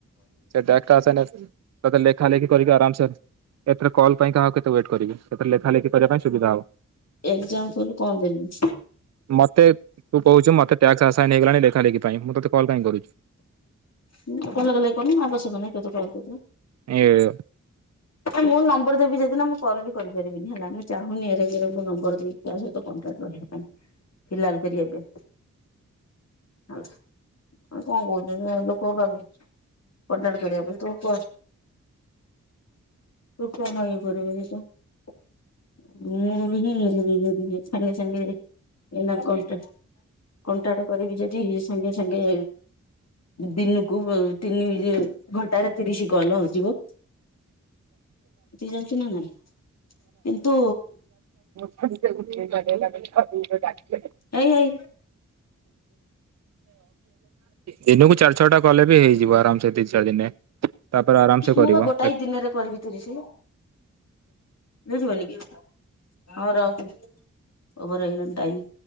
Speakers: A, on the right; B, on the left.
A: ସେଟାକ୍ଟା ଆସାଇନ୍ ତତେ ଲେଖା ଲେଖି କରିକି ଆରାମସେ ଏଥିରେ କଲ ପାଇଁ କାହାଉ କେତେ ୱେଟ୍ କରି ସେଥିରେ ଲେଖା ଲେଖି କରିବା ପାଇଁ ସୁବିଧା ହବ।
B: ଏକ୍ସମପୁଲ କଣ ଦେମି।
A: ମତେ ତୁ କହୁଚୁ ମତେ ଟ୍ୟାକ୍ସ ଆସାଇନ ହେଇଗଲାଣି ଲେଖା ଲେଖି ପାଇଁ ମୁଁ ତତେ କଲ କାଇଁ କରୁଚି।
B: ମୁଁ ଲେଖା ଲେଖି କରୁନି ଆବଶ୍ୟକ ନାଁଇ ତତେ କଲ କରିବା।
A: <unintelligible>
B: ମୁଁ ନମ୍ବର ଦେବି ଯେଦିିନ ମୁଁ କଲ ବି କରିପାରିବିନି ହେଲା ମୁଁ ଚାହୁଁନି ଏରେଗେରେ ଙ୍କୁ ମୁଁ ନମ୍ବର ଦେବି। କାହା ସହିତ କଣ୍ଟାକ୍ଟ ରହିବା ପାଇଁ ଫିଲାଲ କରି ଏବେ। <unintelligible> ଆ କଣ କହୁଚୁ <unintelligible> ଲୋକଙ୍କ ପାଖକୁ କଣ୍ଟାକ୍ଟ କରିବା ପାଇଁ ତୁ କର। ରୁପ ମା ଇଏ କରିବ <unintelligible> ମୁଁ ହି <unintelligible> ଛାନିଆ ଛାନିଆ ରେ। ଏଇନା କଣ୍ଟା କଣ୍ଟାକ୍ଟ କରିବି ଯଦି ସାଙ୍ଗେ ସାଙ୍ଗେ ଦିନକୁ ତିନି ଘଣ୍ଟାରେ ତିରିଶ କଲ ହେଇଯିବ। ଜାଣିଛୁ ନା ନାଇଁ କିନ୍ତୁ
A: <unintelligible>
B: ଏଇ ହେଇ।
A: ଦିନକୁ ଚାରି ଛଅ ଟା କଲେ ବି ହେଇଯିବ ଆରାମସେ ତିନି ଚାରି ଦିନେ। ତାପରେ ଆରାମ ସେ
B: ମୁଁ
A: କରିବ।
B: ବା ଗୋଟାଏ ଦିନରେ କରିବି ତିରିଶି ବୁଝିଲନି କି ହଁ ରଖ ଓଭର ହେଇିଗଲାଣି ଟାଇମ୍।